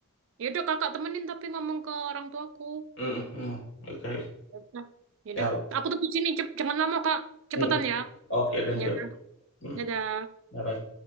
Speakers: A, on the right; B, on the left.
A: Ya udah, Kakak temenin tapi ngomong ke orang tuaku.
B: Hmm, hmm, hmm. oke.
A: ya udah ya
B: Ya,
A: udah.
B: aku-
A: Aku tunggu sini, Cep. Jangan lama, Kak. Cepetan
B: hmm, hmm.
A: ya.
B: Oke, thank
A: ya
B: you.
A: Yaudah,
B: Hmm,
A: dadah.
B: bye-bye.